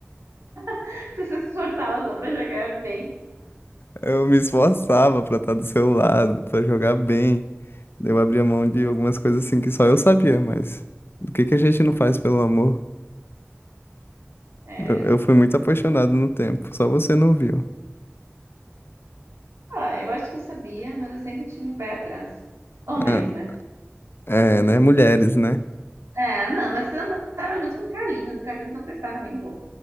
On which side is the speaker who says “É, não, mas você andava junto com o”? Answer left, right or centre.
Right